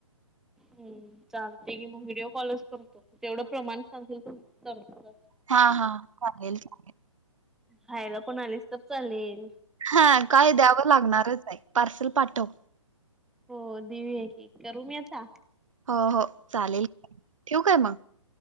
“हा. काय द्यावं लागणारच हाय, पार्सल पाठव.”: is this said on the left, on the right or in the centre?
Right